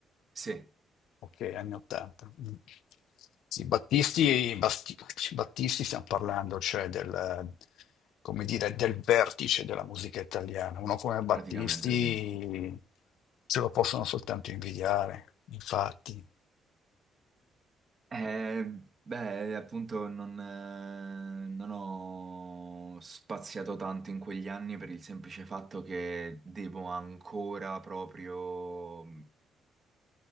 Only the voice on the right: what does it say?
sì.
Praticamente sì.
Eh, beh, appunto non, eh, non ho spaziato tanto in quegli anni per il semplice fatto che devo ancora proprio